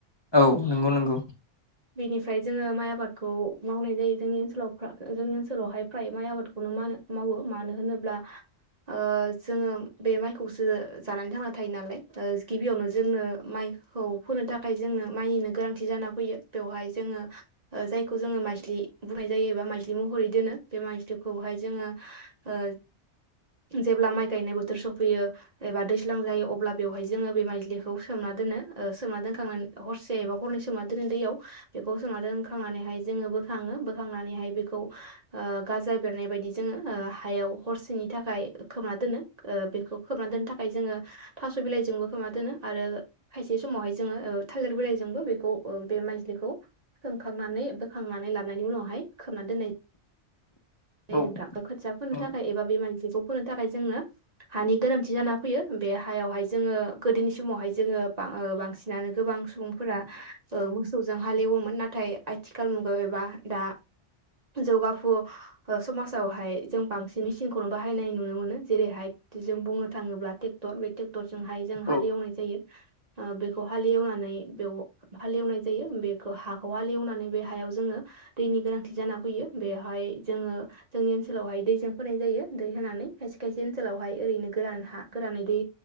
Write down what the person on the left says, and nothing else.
औ नंगौ नंगौ
औ
नंगौ
औ